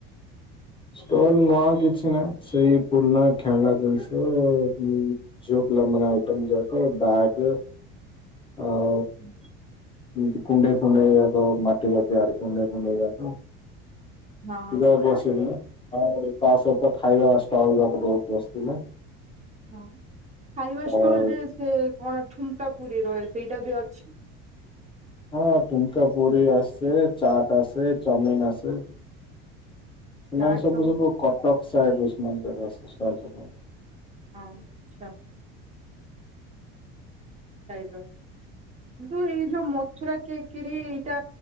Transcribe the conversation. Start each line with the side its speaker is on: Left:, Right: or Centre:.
Left: ଷ୍ଟଲ୍ ନୂଆ କିଛି ନା ସେଇ ପୁରୁଣା ଖେଳଣ ଜିନିଷ ଅ ଯୋ <unintelligible> ଆଇଟମ୍ ଯାକ ବ୍ୟାଗ ଆଉ
Right: ହୁଁ।
Left: ଏମିତି କୁଣ୍ଡେଇଫୁଣ୍ଡେଇରାକ ମାଟିରେ ତିଆରି କୁଣ୍ଡେଇଫୁଣ୍ଡେଇରାକ। <unintelligible>
Right: ହଁ
Left: ବସିନି ନା? ଆଉ ତା ସହିତ ଖାଇବା ଷ୍ଟଲ୍ ଯାକ ବହୁତ ବସିଥିଲା।
Right: ହଁ ଖାଇବା
Left: ଆଉ
Right: ଷ୍ଟଲରେ ସେ କଣ ଠୁଙ୍କାପୁରିର <inaudible> ସେଇଟା ବି ଅଛି?
Left: ହଁ ଠୁଙ୍କାପୁରି ଆସେ ଚାଟ୍ ଆସେ ଚାଉମିନ୍ ଆସେ। ସେମାନେ
Right: ଚା
Left: ସବୁ
Right: ଚମ୍
Left: ସବୁ କଟକ ସାଇଡ଼ରେ ସେମାନେ ଯାକ ଆସେ ଷ୍ଟଲ୍ ପକାଏ ।
Right: ହଁ ଆଛା। ସାଇଡର କିନ୍ତୁ ଏଇ ଯୋଉ ମଥୁରା କେକରି ଏଇଟା